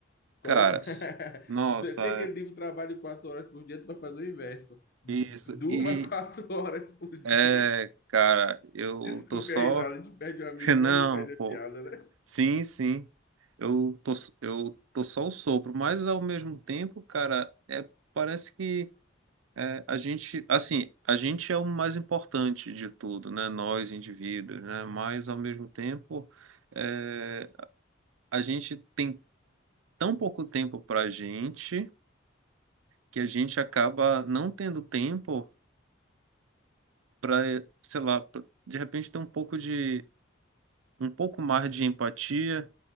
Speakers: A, on the left (about 50°); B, on the right (about 85°).
A: Com...
B: cara,
A: <laughs>
B: s- nossa,
A: Tem
B: é
A: aquele livro Trabalho quatro horas por dia, tu vai fazer o inverso. Du-
B: isso.
A: Durma
B: E,
A: quatro <laughs> horas por dia.
B: é, cara, eu
A: Desculpe
B: tô só.
A: a risada, a gente perde um amigo,
B: <laughs> Não,
A: mas não perde
B: pô.
A: a piada, né?
B: Sim, sim. Eu tô, eu tô só o sopro, mas ao mesmo tempo, cara, é, parece que é, a gente, assim, a gente é o mais importante de tudo, né? Nós, indivíduos, né? Mas ao mesmo tempo, é, a gente tem tão pouco tempo pra gente que a gente acaba não tendo tempo pra, sei lá, pra, de repente ter um pouco de, um pouco mais de empatia